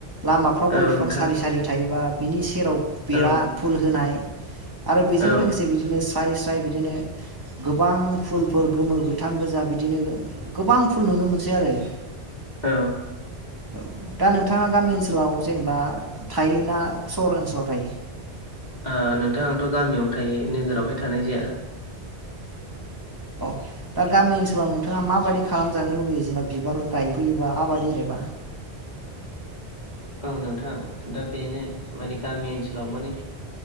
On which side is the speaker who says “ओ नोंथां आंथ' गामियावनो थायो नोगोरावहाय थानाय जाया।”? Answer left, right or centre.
Left